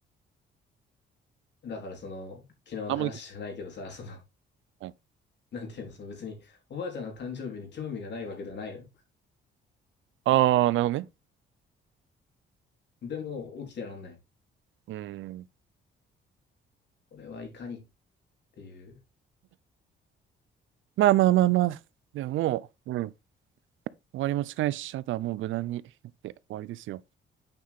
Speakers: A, on the left (about 60°); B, on the right (about 80°).
A: だからその、昨日の話じゃないけどさ、
B: あんまり、
A: その、
B: はい、
A: なんていうの、その別におばあちゃんの誕生日に興味がないわけではないの。
B: ああ、なるほどね。
A: でも起きてらんない。
B: うん。
A: これはいかにっていう。
B: まあまあまあまあ。ではもう、うん。終わりも近いし、あとはもう無難にやって終わりですよ。